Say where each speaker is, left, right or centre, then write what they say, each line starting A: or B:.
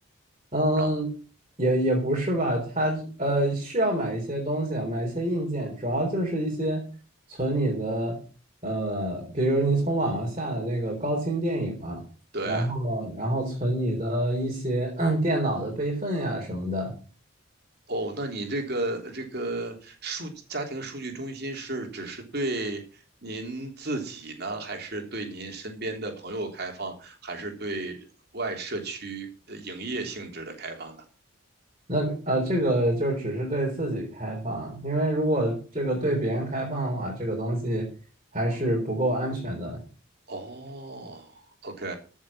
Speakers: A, on the right (about 30°); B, on the right (about 50°).
A: 嗯，
B: 让
A: 也也不是吧，它呃是要买一些东西啊，买一些硬件，主要就是一些存你的呃，比如你从网上下的那个高清电影嘛，
B: 对，
A: 然后然后存你的一些 <clears throat> 电脑的备份呀什么的。
B: 哦，那你这个这个数家庭数据中心是只是对您自己呢，还是对您身边的朋友开放，还是对外社区呃营业性质的开放的？
A: 那呃，这个就只是对自己开放，因为如果这个对别人开放的话，这个东西还是不够安全的
B: 哦，OK，